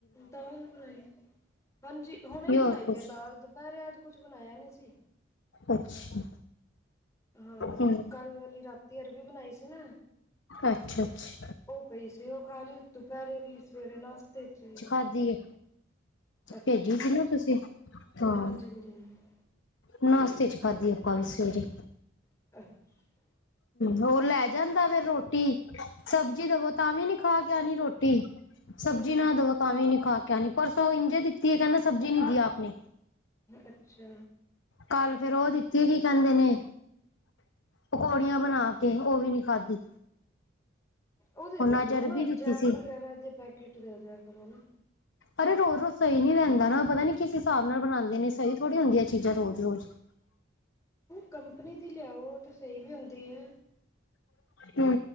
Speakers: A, on the left (about 15°); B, on the left (about 70°).
A: ਦਾਲ ਬਨਾਈ ਹਾਂਜੀ ਹੁਣੇ ਹੀ
B: ਯਾ
A: ਬਣਾਈ
B: ਹੋਰ ਕੁਛ
A: ਹੈ ਦਾਲ ਦੁਪਹਿਰੇ ਅੱਜ ਕੁਛ ਬਨਾਇਆ ਨਹੀਂ ਸੀ।
B: ਅੱਛਾ।
A: ਹਾਂ,
B: ਹੂੰ
A: ਓ ਕੱਲ ਵਾਲੀ ਰਾਤੀ ਅਰਬੀ ਬਨਾਈ ਸੀ ਨਾ।
B: ਅੱਛਾ-ਅੱਛਾ
A: ਓ ਪਈ ਸੀ, ਓ ਖਾਲੀ ਦੁਪੈਰੇ ਵੀ, ਸਵੇਰੇ ਨਾਸ਼ਤੇ ਚ ਵੀ।
B: ਖਾਦੀ ਏ,
A: ਅੱਛਾ
B: ਭੇਜੀ
A: ਅੱਛਾ
B: ਸੀ ਨਾ ਤੁਸੀਂ, ਹਾਂ।
A: ਹਾਂਜੀ ਹਾਂਜੀ ਹਾਂਜੀ,
B: ਨਾਸ਼ਤੇ ਚ ਖਾਧੀ ਏ, ਆਪਾਂ ਵੀ ਸਵੇਰੇ।
A: <inaudible>
B: ਹੋਰ, ਲੈ ਜਾਂਦਾ ਫੇਰ ਰੋਟੀ। ਸਬਜ਼ੀ ਦਵੋ ਤਾਂ ਵੀ ਨੀ ਖਾਕੇ ਆਨੀ ਰੋਟੀ, ਸਬਜ਼ੀ
A: ਹੂੰ
B: ਨਾ ਦਵੋ ਤਾਂ ਵੀ ਨੀ ਖਾ ਕੇ ਆਨੀ, ਪਰਸੋਂ ਇੰਝੇ ਦਿੱਤੀ ਏ, ਕੈਂਦਾ ਸਬਜ਼ੀ ਨੀ ਦੀ ਆਪ ਨੇ।
A: ਅੱਛਾ।
B: ਕੱਲ ਫੇਰ ਓ ਦਿੱਤੀ, ਕੀ ਕੈਂਦੇ ਨੇ ਪਕੌੜੀਆਂ ਬਣਾ ਕੇ, ਓ ਵੀ ਨੀ ਖਾਧੀ।
A: ਓ ਦੇਦੇਯਾ
B: ਹੁਣ ਅੱਜ
A: ਕਰੋ
B: ਅਰਬੀ
A: ਨਾ
B: ਦਿੱਤੀ
A: ਜੈਮ
B: ਸੀ
A: ਵਗੈਰਾ ਦੇ ਪੈਕੇਟ ਦੇ ਕਰੋ ਨਾ।
B: ਅਰੇ ਰੋਜ਼ ਰੋਜ਼ ਸਈ ਨੀ ਰੈਂਦਾ ਨਾ, ਪਤਾ ਨੀ ਕਿਸ ਹਿਸਾਬ ਨਾਲ ਬਣਾਦੇ ਨੇ ਸਈ ਥੋੜ੍ਹੀ ਹੁੰਦੀਆਂ ਚੀਜ਼ਾਂ ਰੋਜ ਰੋਜ। <inaudible>
A: ਕੰਪਨੀ ਦੀ ਲਿਆਓ ਤੇ, ਸਈ ਵੀ ਹੁੰਦੀ ਏ।
B: ਹੂੰ।